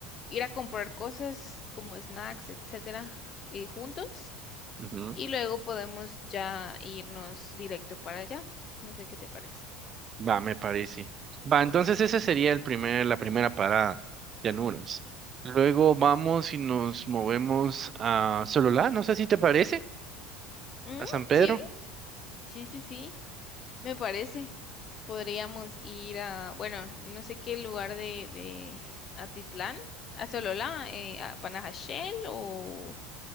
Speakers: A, on the left; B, on the right.
A: ir a comprar cosas como snacks, etcétera, eh, juntos,
B: ujú.
A: y luego podemos ya irnos directo para allá. No sé qué te parece.
B: Va, me parece. Va, entonces esa sería el primer, la primera parada, Llanuras. Luego vamos y nos movemos a Sololá, no sé si te parece,
A: Mm,
B: a San Pedro.
A: sí, sí, sí, sí. Me parece. Podríamos ir a, bueno, no sé qué lugar de, de Atitlán, a Sololá, eh, a Panajachel o,